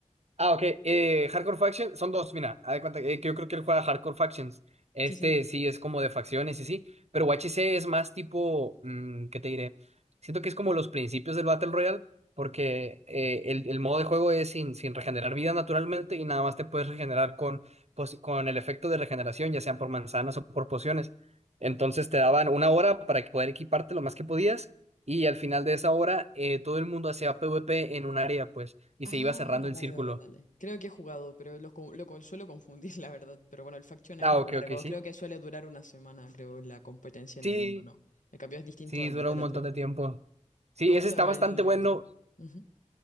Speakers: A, on the right (about 60°); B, on the left (about 85°).
A: Ah, ok. Eh, Hardcore Factions son dos, mira, haz de cuenta que eh, que yo creo que él juega Hardcore Factions. Este
B: Sí, sí.
A: sí es como de facciones y sí, pero UHC es más tipo, mm, ¿qué te diré? Siento que es como los principios del Battle Royale, porque eh, el, el modo de juego es sin, sin regenerar vida naturalmente y nada más te puedes regenerar con, pos- con el efecto de regeneración, ya sean por manzanas o por pociones. Entonces te daban una hora para que poder equiparte lo más que podías y al final de esa hora eh, todo el mundo hacía PvP en un área, pues, y se
B: Ah,
A: iba cerrando el
B: dale,
A: círculo.
B: dale, dale. Creo que he jugado, pero lo, co- lo co- suelo confundir, <laughs> la verdad. Pero bueno, el Faction es
A: Ah,
B: más
A: ok,
B: largo.
A: ok, sí.
B: Creo que suele durar una semana, creo, la competencia en
A: Sí,
B: el mundo, ¿no? El cambio es distinto
A: sí,
B: al
A: dura
B: del
A: un montón
B: otro.
A: de tiempo. Sí,
B: Me gusta
A: ese está
B: igual
A: bastante
B: el,
A: bueno
B: el otro. Ujú.